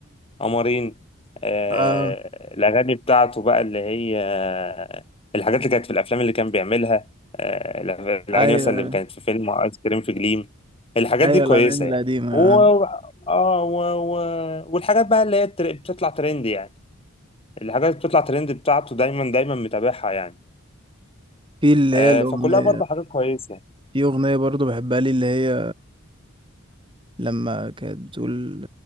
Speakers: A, on the left; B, on the right.
A: قمرين آه،
B: اه
A: الأغاني بتاعته بقى اللي هي آه، الحاجات اللي كانت في الأفلام اللي كان بيعملها آه، الأغاني
B: ايوه
A: مثلا اللي كانت في فيلم آيس كريم في جليم الحاجات
B: ايوه
A: دي كويسة
B: الاغاني القديمه
A: يعني و...
B: آه.
A: آه و... و... والحاجات بقى اللي هي التر- بتطلع ترند يعني الحاجات اللي بتطلع ترند بتاعته دايما دايما متابعها يعني
B: في اللي
A: آه،
B: هي الاغنيه
A: فكلها برضه حاجات كويسة يعني.
B: في اغنيه برضو بحبها لي اللي هي لما كانت بتقول